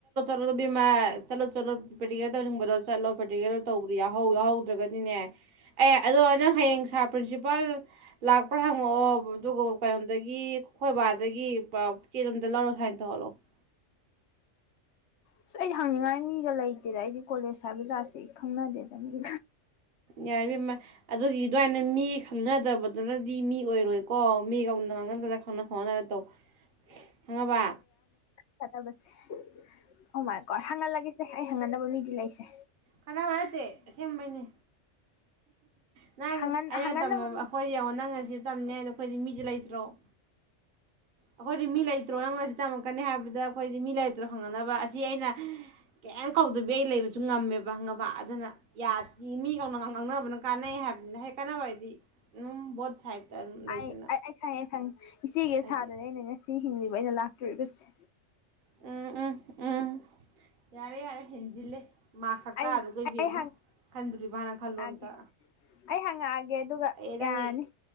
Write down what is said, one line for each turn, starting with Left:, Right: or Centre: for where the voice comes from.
Right: ꯆꯠꯂꯣꯕꯤꯃ ꯆꯠꯂꯣ ꯆꯠꯂꯣ ꯄ꯭ꯔꯦꯛꯇꯤꯀꯦ ꯇꯧꯅꯤꯡꯕꯗꯣ ꯆꯠꯂꯣ ꯄ꯭ꯔꯦꯛꯇꯤꯀꯗ ꯇꯧꯕꯗꯤ ꯌꯥ ꯌꯥꯎꯍꯧꯗ꯭ꯔꯒꯗꯤꯅꯦ ꯑꯦ ꯑꯗꯣ ꯅꯪ ꯍꯌꯦꯡ ꯁꯥꯔ ꯄ꯭ꯔꯤꯟꯁꯤꯄꯥꯜ ꯂꯥꯛꯄ꯭ꯔꯥ ꯍꯪꯉꯛꯑꯣ ꯑꯗꯨꯒ ꯀꯩꯅꯣꯝꯗꯒꯤ ꯈꯣꯏꯕꯥꯗꯒꯤ ꯆꯦꯂꯝꯗ ꯂꯧꯔꯣ ꯁꯨꯃꯥꯏꯅ ꯇꯧꯍꯜꯂꯣ <unintelligible> <inaudible>
Left: ꯑꯁ ꯑꯩꯗꯤ ꯍꯪꯅꯤꯡꯉꯥꯏ ꯃꯤꯒ ꯂꯩꯇꯦꯗ ꯑꯩꯗꯤ ꯀꯣꯂꯦꯖ ꯍꯥꯏꯕꯖꯥꯠꯁꯦ ꯑꯩ ꯈꯪꯅꯗꯦꯗ ꯃꯤ
Right: ꯌꯥꯔꯤꯕꯃ ꯑꯗꯨꯒꯤ ꯑꯗꯨꯋꯥꯏ ꯃꯤ ꯈꯪꯅꯗꯕꯗꯨꯅꯗꯤ ꯃꯤ ꯑꯣꯏꯔꯣꯏꯀꯣ ꯃꯤ ꯀꯧꯅ ꯈꯪꯅꯗꯅ ꯈꯪꯅ ꯈꯣꯠꯅ ꯇꯧ ꯈꯪꯉꯅꯕ
Left: ꯆꯠꯇꯕꯁꯦ ꯑꯗꯨꯃꯥꯏꯀꯣ ꯍꯪꯍꯜꯂꯒꯦꯁꯦ ꯑꯩ ꯍꯪꯒꯟꯅꯅꯕ ꯃꯤꯗꯤ ꯂꯩꯁꯦ
Right: ꯀꯅꯥꯕꯔꯠꯇꯦꯁ ꯃꯅꯦ ꯅꯪ
Left: ꯍꯪꯍꯟ
Right: ꯑꯩꯅ
Left: ꯍꯪꯍꯟꯅꯕ
Right: ꯑꯩꯈꯣꯏ
Left: ꯃꯤ
Right: ꯌꯦꯡꯉꯣ ꯅꯪ ꯉ ꯁꯤ ꯇꯝꯅꯦ ꯑꯗꯣ ꯑꯩꯈꯣꯏꯗꯤ ꯃꯤꯁꯦ ꯂꯩꯇ꯭ꯔꯣ ꯑꯩꯈꯣꯏꯗꯤ ꯃꯤ ꯂꯩꯇ꯭ꯔꯣ ꯅꯪꯣꯟꯅ ꯁꯤ ꯇꯝꯃꯛꯀꯅꯤ ꯍꯥꯏꯕꯗ ꯑꯩꯈꯣꯏꯗꯤ ꯃꯤ ꯂꯩ ꯈ ꯐꯪꯅꯅꯕ ꯑꯁꯤ ꯑꯩꯅ ꯀꯩꯝ ꯀꯧꯗꯕꯤ ꯑꯩ ꯂꯩꯕꯁꯨ ꯉꯝꯃꯦꯕ ꯍꯥꯏꯕ ꯍꯪꯉꯕ ꯑꯗꯨꯅ ꯌꯥꯗꯦ ꯃꯤꯒꯅ ꯉꯥꯡꯅꯕꯅ ꯀꯥꯟꯅꯩ ꯍꯥꯏꯕꯅꯤꯅ ꯍꯦꯛ ꯀꯥꯟꯅꯕ ꯍꯥꯏꯗꯤ ꯑꯗꯨꯝ ꯕꯣꯠ ꯁꯥꯏꯠꯇ ꯑꯗꯨꯝ ꯂꯩꯗꯅ
Left: ꯑꯩ ꯑꯩ ꯑꯩ ꯈꯪꯉꯦ ꯈꯪꯉꯦ ꯏꯆꯦꯒꯤ
Right: ꯍꯥꯏꯗꯤ
Left: ꯁꯥꯗꯅꯦ ꯑꯩꯅ ꯉꯁꯤ ꯍꯤꯡꯂꯤꯕ ꯑꯩꯅ ꯂꯥꯛ ꯇꯕꯁ
Right: ꯎꯝ ꯎꯝ ꯎꯝ ꯌꯥꯔꯦ ꯌꯥꯔꯦ ꯍꯦꯟꯖꯤꯜꯂꯦ ꯃꯥ ꯁꯛꯇ
Left: ꯑꯩ
Right: ꯑꯗꯨ ꯀꯩꯕꯤ
Left: ꯑꯩ
Right: ꯑꯃ ꯈꯟꯗ꯭ꯔꯤꯕꯅ ꯈꯜꯂꯣ
Left: ꯍꯪꯉꯛꯑꯒꯦ
Right: ꯑꯝꯇ
Left: ꯑꯩ ꯍꯪꯉꯛꯑꯒꯦ ꯑꯗꯨꯒ
Right: ꯑꯦ ꯅꯪ
Left: ꯌꯥꯔꯅꯤ